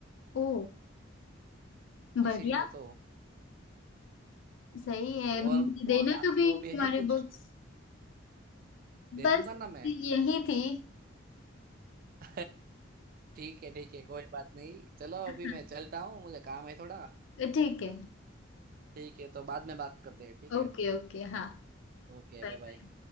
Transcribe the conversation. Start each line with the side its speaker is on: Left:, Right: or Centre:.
Left: ओ बढ़िया
Right: इसीलिए तो
Left: सही है
Right: और
Left: मुझे देना
Right: और आपकी
Left: कभी
Right: हॉबी
Left: तुम्हारी
Right: है कुछ
Left: बुक्स
Right: दे
Left: बस
Right: दूंगा ना मैं
Left: यही थी
Right: <laughs> ठीक है ठीक है कोई बात नहीं चलो
Left: <laughs>
Right: अभी मैं चलता हूँ मुझे काम है थोड़ा
Left: ठीक है
Right: ठीक है तो बाद में बात करते हैं ठीक
Left: ओके
Right: है
Left: ओके हाँ
Right: Okay
Left: Bye
Right: bye
Left: bye
Right: bye